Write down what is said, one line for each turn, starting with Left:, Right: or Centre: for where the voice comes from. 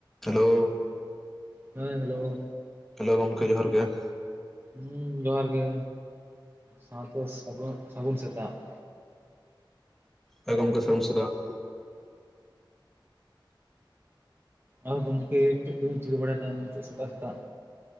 Centre: Hello,
Right: ᱦᱮᱸ hello.
Centre: Hello ᱜᱚᱢᱠᱮ ᱡᱚᱦᱟᱨ ᱜᱮ ᱾
Right: ᱦᱮᱸ ᱡᱚᱦᱟᱨ ᱜᱮ, ᱥᱟᱶᱛᱮ ᱥᱟᱹᱜᱩᱱ ᱥᱟᱹᱜᱩᱱ ᱥᱮᱛᱟᱜ ᱾
Centre: ᱦᱮᱸ ᱜᱚᱢᱠᱮ ᱥᱟᱹᱜᱩᱱ ᱥᱮᱛᱟᱜ ᱾
Right: ᱟᱨ ᱜᱚᱢᱠᱮ ᱪᱮᱫ ᱠᱚ ᱵᱤᱱ ᱪᱤᱠᱟᱹ ᱵᱟᱲᱟᱭᱮᱫᱟ ᱱᱤᱛᱚᱜ ᱥᱮᱛᱟᱜ ᱥᱮᱛᱟᱜ?